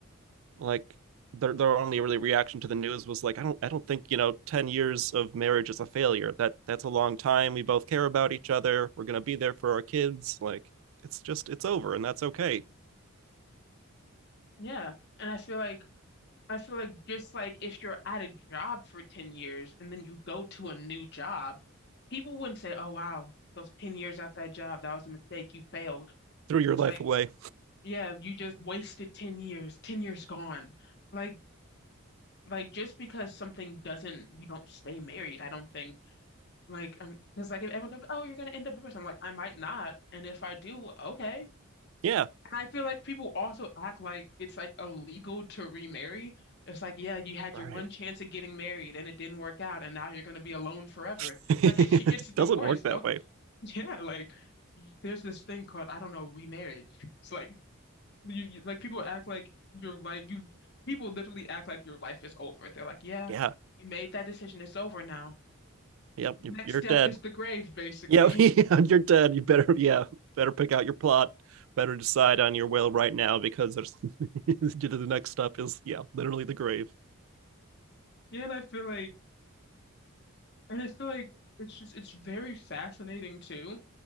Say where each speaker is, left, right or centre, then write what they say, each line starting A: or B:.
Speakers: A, on the right; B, on the left.
A: like their their only really reaction to the news was like, I don't I don't think, you know, 10 years of marriage is a failure. That that's a long time. We both care about each other. We're gonna be there for our kids. Like it's just it's over and that's okay.
B: yeah. And I feel like I feel like just like if you're at a job for 10 years and then you go to a new job, people wouldn't say, "Oh wow, those 10 years at that job, that was a mistake, you failed."
A: Threw your
B: It's
A: life
B: like,
A: away.
B: yeah, you just wasted 10 years. 10 years gone. Like like just because something doesn't you don't stay married, I don't think. Like um, because like if everyone goes, "Oh, you're going to end up divorced." I'm like, "I might not." And if I do, okay.
A: Yeah.
B: And I feel like people also act like it's like illegal to remarry. It's like, yeah, you had
A: Right.
B: your one chance at getting married and it didn't work out, and now you're going to be alone forever.
A: <laughs> it
B: Like, if she gets divorced,
A: doesn't work that
B: oh,
A: way.
B: <laughs> yeah, like y- there's this thing called, I don't know, remarriage. It's like, you, you like people act like your life, you people literally act like your life is over. They're like, yeah,
A: Yeah.
B: you made that decision, it's over now.
A: Yep. You're,
B: Next
A: you're
B: step
A: dead.
B: is the grave, basically.
A: Yeah, <laughs> yeah,
B: <laughs>
A: you're dead. You better yeah, better pick out your plot. Better decide on your will right now because there's <laughs> the next step is yeah, literally the grave.
B: Yeah, and I feel like, and I feel like it's just, it's very fascinating too